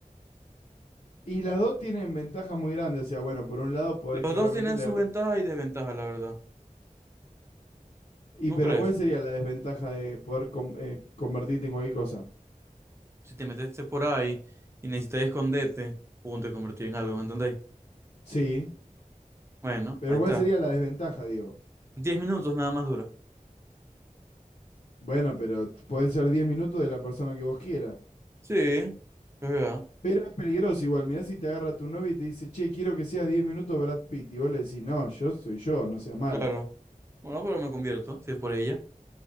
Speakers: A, on the left; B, on the right.
A: Y las dos tienen ventajas muy grandes. O sea, bueno, por un lado podés
B: Los
A: claramente
B: dos tienen
A: leer.
B: sus ventajas y desventajas, la verdad.
A: Y
B: ¿No
A: pero
B: crees?
A: ¿cuál sería la desventaja de poder com- eh, convertirte en cualquier cosa?
B: Si te metiste por ahí y necesitas esconderte, pum, te convertí en algo, ¿me entendéis?
A: Sí.
B: Bueno,
A: Pero
B: ahí
A: ¿cuál
B: está.
A: sería la desventaja, digo?
B: Diez minutos nada más dura.
A: Bueno, pero t- ser 10 minutos de la persona que vos quieras.
B: Sí, es verdad,
A: Pero es peligroso igual. Mirá si te agarra tu novia y te dice, che, quiero que seas 10 minutos Brad Pitt. Y vos le decís, no, yo soy yo, no seas mala.
B: claro. Bueno, pero me convierto, si es por ella.